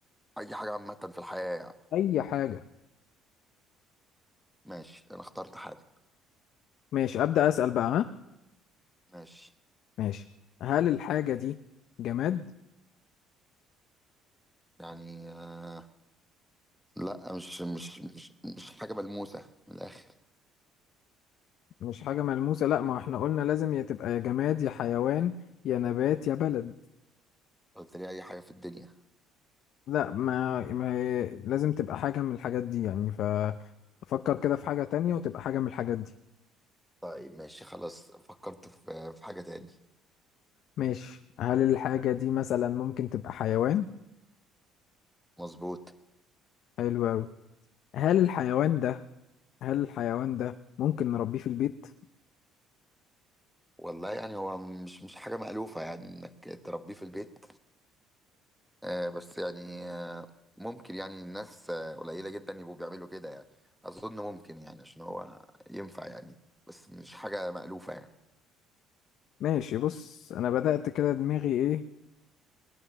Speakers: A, in the centre; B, on the left (about 65°).
A: اي حاجه عامه في الحياه يعني
B: اي حاجة
A: ماشي انا اخترت حاجه
B: ماشي أبدأ أسأل بقى ها
A: ماشي
B: ماشي هل الحاجة دي جماد
A: يعني آه... لا مش مش مش مش حاجه ملموسه من الاخر
B: مش حاجة ملموسة لا ما احنا قلنا لازم يا تبقى يا جماد يا حيوان يا نبات يا بلد
A: قلت لي اي حاجه في الدنيا
B: لا ما, ما هي لازم تبقى حاجة من الحاجات دي يعني ففكر كده في حاجة تانية وتبقى حاجة من الحاجات دي
A: طيب ماشي خلاص فكرت في في حاجه تاني
B: ماشي هل الحاجة دي مثلا ممكن تبقى حيوان
A: مظبوط
B: حلو أوي هل الحيوان ده هل الحيوان ده ممكن نربيه في البيت
A: والله يعني هو مش مش حاجة مألوفة يعني إنك تربيه في البيت آه، بس يعني آه، ممكن يعني الناس آه، قليلة جدا يبقوا بيعملوا كده يعني أظن ممكن يعني عشان هو ينفع يعني بس مش حاجة مألوفة يعني
B: ماشي بص أنا بدأت كده دماغي إيه